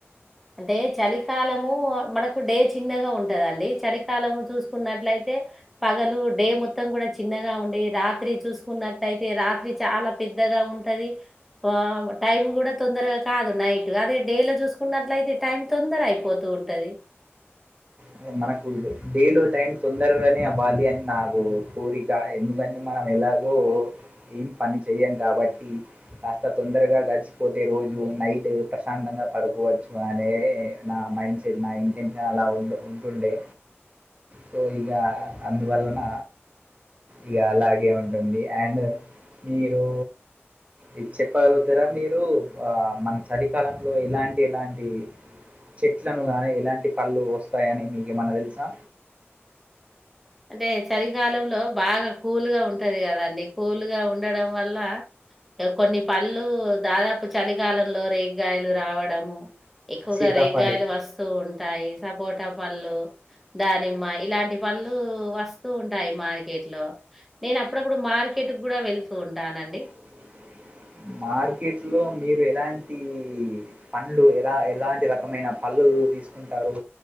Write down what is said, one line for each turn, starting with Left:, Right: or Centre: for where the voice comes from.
Centre: అంటే చలికాలము మనకు డే చిన్నగా ఉంటదండి చలికాలము చూసుకున్నట్లయితే తె పగలు డే మొత్తం కూడా చిన్నగా ఉండి రాత్రి చూసుకున్నట్టయితే రాత్రి చాలా పె పెద్దగా ఉంటది ఆ టైం కూడా తొందరగా కాదు నైట్ అదే డే లో చూసుకున్న అట్ల అయితే టైం తొందర అయిపోతూ ఉంటది
Right: అదే మనకు డేలో టైం తొందరగనే అవ్వాలి అని నాకు కోరిక ఎందుకంటే మ మనం ఎలాగో ఏం పని చెయం కాబట్టి కాస్త తొందరగా గడిచిపోతే రోజు ను నైట్ ప్రశాంతంగా పడుకోవచ్చు అనే నా మైండ్ సెట్ నా ఇంటెన్షన్ అలా ఉండ ఉంటుండే సో ఇగ అందువలన ఇగలాగే ఉంటుంది అండ్ మీరు! ఇది చెప్పగలుగుతారా మీరు ఆ మన చలికాలంలో ఎలాం ఎలాంటి చెట్లను గానీ, ఎలాంటి పళ్ళు వస్తే వస్తాయని మీకేమైనా తెలుసా
Centre: అంటే చలికాలంలో బాగా కూల్గా ఉంటది కదాండి. కూల్గా ఉండడం వల్ల కొన్ని పళ్ళు దాదాపు చలికాలంలో రేగాయలు రావడము ఎక్కువగా
Right: సీతాఫలం
Centre: రేగాయలు వస్తూ ఉంటాయి. సపోటా పళ్లు, దానిమ్మ ఇలాంటి పళ్ళు వస్తూ ఉంటాయి మార్కెట్ లో నేనప్పుడప్పుడు మార్కెట్కు కూడా వెళ్తూ ఉంటానండి.
Right: అ మార్కెట్ లో మీరు ఎలాంటి పంలు ఎలా ఎలాంటి రకమైన పలు తీసుకుంటారు